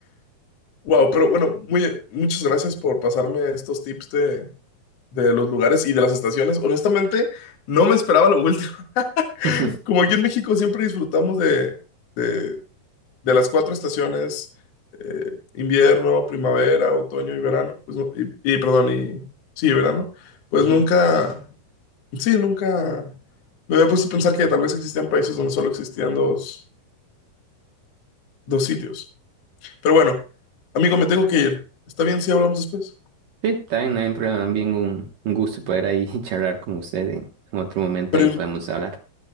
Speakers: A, on the left; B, on the right.
A: Wow, pero bueno, muy, muchas gracias por pasarme estos tips de, de los lugares y de las estaciones. Honestamente, no me esperaba lo último. <laughs>
B: <laughs>
A: Como aquí en México siempre disfrutamos de, de de las cuatro estaciones, eh, invierno, primavera, otoño y verano, pues, no- y, y, perdón, y sí, verano, pues
B: Ujú.
A: nunca, sí, nunca me había puesto a pensar que tal vez existían países donde solo existían dos, dos sitios. Pero bueno, amigo, me tengo que ir. ¿Está bien si hablamos después?
B: Sí, también no hay problema, también un, un gusto poder ahí <laughs> charlar con usted en, en otro momento,
A: Pero,
B: ahí
A: i-
B: podemos hablar.